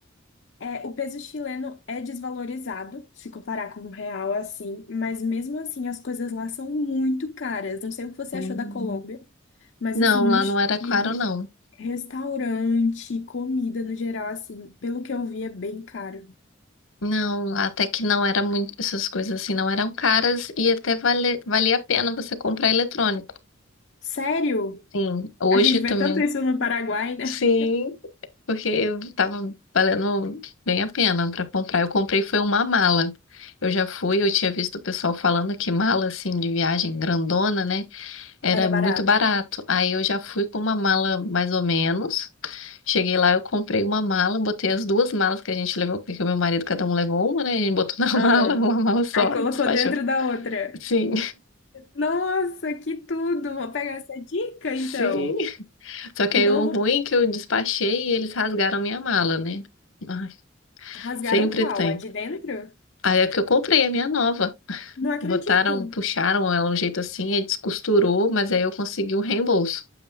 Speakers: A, on the left; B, on the left.
A: é, o peso chileno é desvalorizado se comparar com o real assim, mas mesmo assim as coisas lá são muito caras. Não sei o que você
B: Hum.
A: achou da Colômbia, mas
B: Não,
A: assim, no
B: lá
A: Chile,
B: não era caro,
A: re-
B: não.
A: restaurante, comida no geral assim, pelo que eu vi é bem caro.
B: Não, lá até que não era muito, essas coisas assim não eram caras e até vale, valia a pena você comprar eletrônico.
A: Sério?
B: Sim, hoje
A: A gente
B: também.
A: vê tanto isso no Paraguai, né?
B: Sim, porque tava valendo bem a pena pra comprar. Eu comprei foi uma mala. Eu já fui, eu tinha visto o pessoal falando que mala assim de viagem grandona, né, era
A: Era barato.
B: muito barato. Aí eu já fui com uma mala mais ou menos. Cheguei lá, eu comprei uma mala, botei as duas malas que a gente levou, porque o meu marido cada um levou uma, né? A gente botou na <laughs>
A: Ah,
B: mala, uma mala só
A: aí colocou
B: e despachou.
A: dentro da outra.
B: Sim,
A: Nossa, que tudo! Vou pegar essa dica
B: sim.
A: então.
B: Só que
A: Então,
B: aí o
A: eu vou
B: ruim é que eu despachei e eles rasgaram minha mala, né? Ai,
A: Rasgaram
B: sempre
A: qual?
B: tem.
A: A de dentro?
B: Aí é que eu comprei a minha nova.
A: Não acredito.
B: Botaram, puxaram ela um jeito assim, aí descosturou, mas aí eu consegui um reembolso.